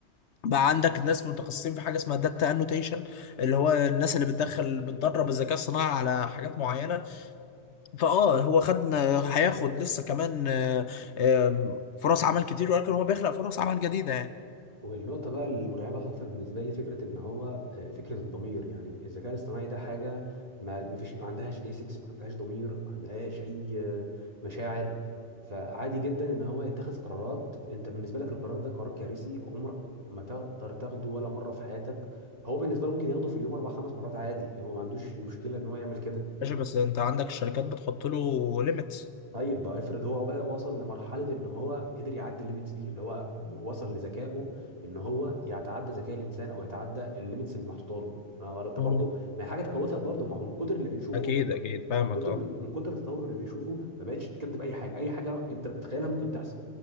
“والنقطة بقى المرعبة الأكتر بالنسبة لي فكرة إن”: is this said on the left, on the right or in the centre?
Right